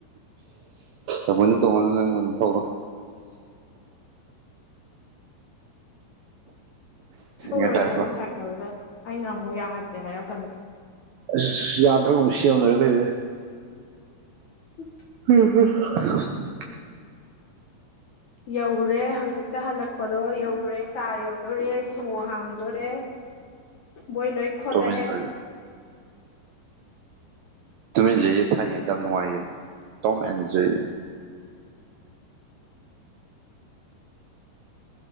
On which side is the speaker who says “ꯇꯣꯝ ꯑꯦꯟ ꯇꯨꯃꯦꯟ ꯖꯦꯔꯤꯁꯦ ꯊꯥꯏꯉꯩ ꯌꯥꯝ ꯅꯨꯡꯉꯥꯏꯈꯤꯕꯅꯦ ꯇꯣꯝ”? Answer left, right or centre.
Right